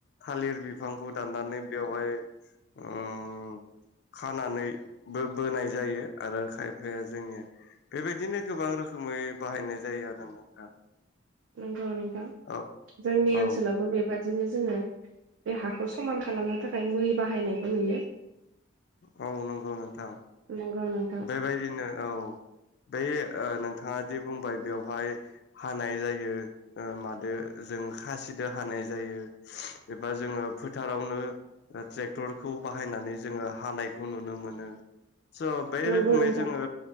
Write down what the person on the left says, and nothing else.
थालिर बिफांखौ दाननानै बेवहाय उम खानानैबो बोनाय जायो आरो खायफाया जोंनिया बेबायदिनो गोबां रोखोमै बाहायनाय जायो आरो नोंथां।
औ
औ
औ नंगौ नोंथां
बेबायदिनो औ बे ओ नोंथाङा जे बुंबाय बेवहाय हानाय जायो ओ मादो जों खासिदो हानाय जायो एबा जोङो फोथारावनो ट्रेक्टरखौ बाहायनानै जोङो हानायखौ नुनो मोनो स' बे
रोखोमै
जोङो